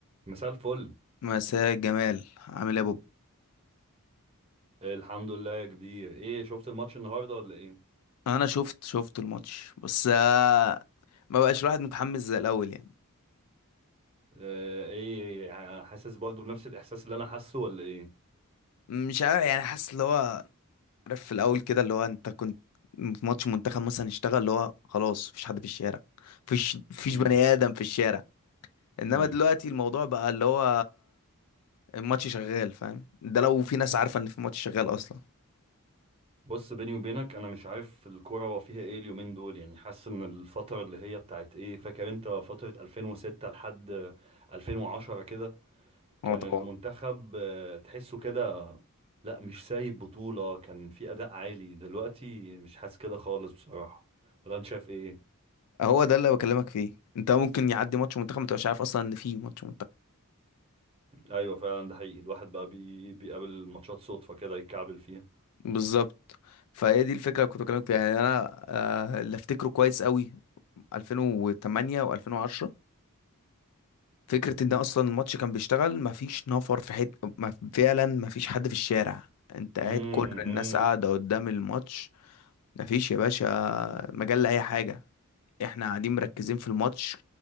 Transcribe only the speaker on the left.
مساء الجمال عامل ايه يا بوب
انا شفت شفت الماتش بس آه، ما بقاش الواحد متحمس زي الاول يعني
مش عارف يعني حاسس اللي هو عارف في الاول كده اللي هو انت كنت في ماتش منتخب مثلا اشتغل اللي هو خلاص مفيش حد في الشارع مفيش مفيش
بني ادم في الشارع انما
دلوقتي الموضوع بقى اللي هو الماتش شغال فاهم ده لو في ناس عارفه ان في ماتش شغال اصلا
هو طبعا
هو ده اللي بكلمك فيه انت ممكن يعدي ماتش منتخب ما تبقاش عارف اصلا ان في ماتش
بالظبط فهي دي الفكره اللي كنت بكلمك فيها يعني انا آه، اللي افتكره كويس قوي 2008 و2010 فكره ان اصلا الماتش كان بيشتغل مفيش نفر في حته مف... فعلا مفيش حد في الشارع انت قاعد
كل الناس قاعده قدام الماتش مفيش يا باشا مجال لاي حاجه احنا قاعدين مركزين في الماتش